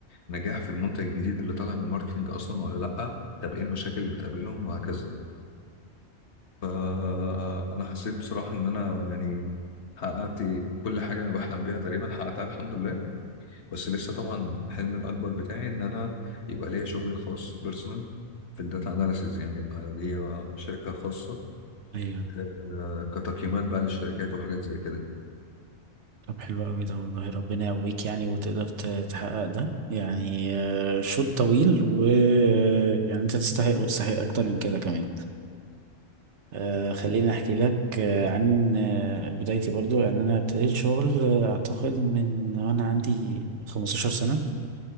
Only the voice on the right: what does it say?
ايوه
طب حلو قوي ده والله ربنا يقويك يعني وتقدر ت- تحقق ده يعني آه، شوط طويل و يعني انت تستحق وتستحق اكتر من كده كمان آه، خليني احكي لك آه، عن آه، بدايتي برضو يعني انا ابتديت شغل آه، اعتقد من وانا عندي 15 سنة